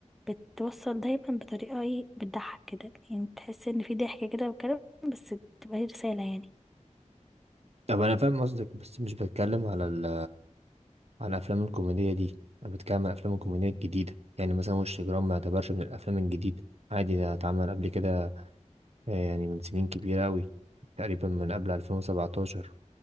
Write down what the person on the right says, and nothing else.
طب أنا فاهم قصدك بس مش بتكلم على ال... على الأفلام الكوميدية دي أنا بتكلم على الأفلام الكوميدية الجديدة يعني مثلا وش جرام ما يعتبرش من الأفلام الجديدة عادي ده اتعمل قبل كده آه، يعني من سنين كبيرة أوي تقريبا من قبل 2017